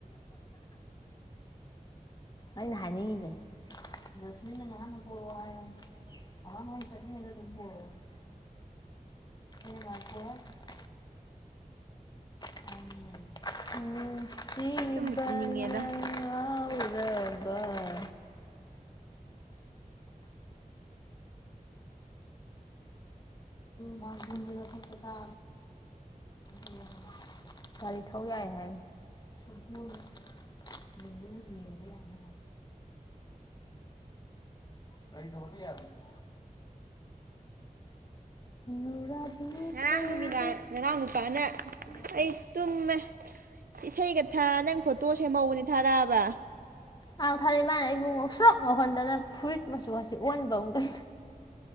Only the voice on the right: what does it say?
ꯑꯁ ꯇꯨꯝꯕꯨ ꯇꯨꯝꯅꯤꯡꯉꯦꯗ
ꯉꯔꯥꯡ
ꯅꯨꯃꯤꯗꯥꯡ ꯉꯔꯥꯡ ꯅꯨꯄꯥꯅ
ꯑꯩ ꯇꯨꯝꯃꯦ ꯏꯁꯩꯒ ꯊꯥ ꯅꯪ ꯐꯣꯇꯣ ꯁꯦꯝꯃꯛꯑꯣꯗꯤ ꯊꯥꯔꯛꯑꯕ